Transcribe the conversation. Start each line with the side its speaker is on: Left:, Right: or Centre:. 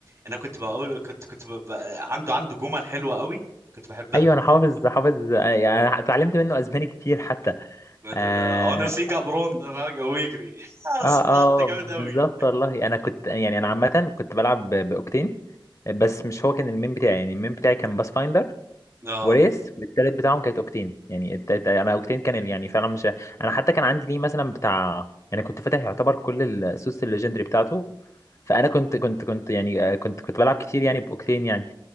Right: انا كنت بقول كنت كنت ب... ب... عنده عنده جمل حلوه قوي كنت بحبها
Left: ايوه انا حافظ حافظ آه، يعني اتعلمت منه اسباني كتير حتى
Right: انا
Left: آه
Right: سيكا برون فجأة ويجري يا
Left: اه
Right: اسطى
Left: اه
Right: انت
Left: بالظبط
Right: جامد قوي
Left: والله انا كنت يعني انا عامه كنت بلعب ب- باوكتين بس مش هو كان المين بتاعي يعني المين بتاعي كان باس فايندر
Right: اه
Left: وريس والتالت بتاعهم كانت اوكتين يعني الت- الت- انا اوكتين كان ال- يعني فعلا مش انا حتى كان عندي ليه مثلا بتاع يعني كنت فاتح يعتبر كل السوس الليجندري بتاعته فانا كنت كنت كنت يعني آه، كنت كنت بلعب كتير يعني باوكتين يعني